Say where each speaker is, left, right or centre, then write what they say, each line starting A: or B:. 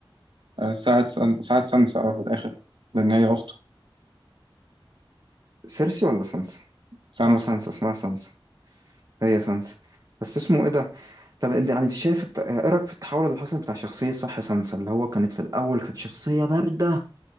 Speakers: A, on the right (about 65°); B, on the right (about 40°).
A: آه، ساعد سان- ساعد سانسا اه في الاخر لان هي اخته
B: سيرسي ولا سانسا
A: سانسا
B: اه سانسا اسمها سانسا هي سانسا بس اسمه ايه ده طب انت يعني انت شايف الت- ايه رايك في التحول اللي حصل بتاع شخصيه صح سانسا اللي هو كانت في الاول كانت شخصيه بارده